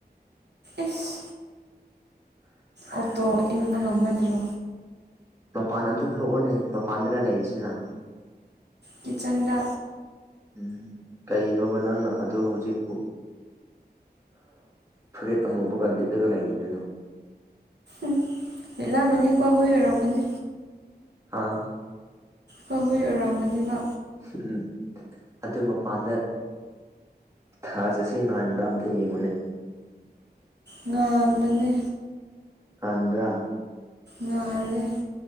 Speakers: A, on the right; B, on the right.
A: ꯏꯁ ꯑꯣꯇꯣ ꯏꯟꯕ ꯉꯝꯒꯗ꯭ꯔꯣ
B: ꯃꯄꯥꯟ ꯑꯝꯇ ꯊꯣꯛꯑꯣꯅꯦ ꯃꯄꯥꯟꯗꯅ ꯂꯩꯔꯤꯁꯤꯅ
A: ꯀꯤꯆꯟꯗ
B: ꯎꯝ ꯀꯩꯅꯣꯕ ꯅꯪꯅ ꯑꯗꯨ ꯍꯧꯖꯤꯛꯄꯨ ꯐꯨꯔꯤꯦꯠ ꯑꯃꯨꯕꯒ ꯂꯤꯠꯂꯒ ꯂꯩꯔꯤꯗꯨꯅ
A: ꯎ ꯂꯂꯥ ꯃꯅꯤꯀꯋꯥ ꯍꯔꯔꯃꯅꯦ
B: ꯍꯥꯥ
A: ꯍꯣꯏ ꯍꯣꯏ ꯑꯔꯥꯡꯝꯒꯅꯦꯕ
B: ꯎꯝ ꯑꯗꯨ ꯃꯄꯥꯟꯗ ꯊꯥꯖꯁꯦ ꯉꯥꯟꯕ꯭ꯔꯥ ꯑꯝꯇ ꯌꯦꯡꯉꯨꯅꯦ
A: ꯉ ꯑꯗꯅꯤ
B: ꯀꯟꯗ꯭ꯔꯥ
A: ꯉꯂꯦ